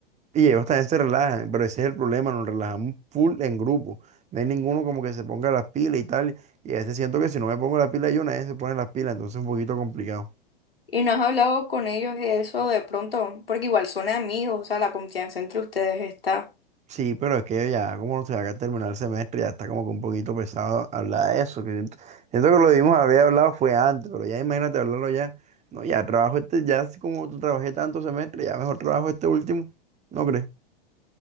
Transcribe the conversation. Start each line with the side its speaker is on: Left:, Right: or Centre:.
Right: Y ellos también se relajan, pero ese es el problema, nos relajamos full en grupo. No hay ninguno como que se ponga las pilas y tal. Y a veces siento que si no me pongo las pilas yo, nadie se pone las pilas, entonces es un poquito complicado.
Left: ¿Y no has hablado con ellos de eso de pronto? Porque igual son amigos, o sea, la confianza entre ustedes está.
Right: Sí, pero es que ya como se va a terminar el semestre, ya está como que un poquito pesado hablar de eso. Que siento, siento que lo vimos, habría hablado fue antes, pero ya imagínate hablarlo ya. No, ya trabajo este, ya así como tú trabajé tanto semestre, ya mejor trabajo este último, ¿no crees?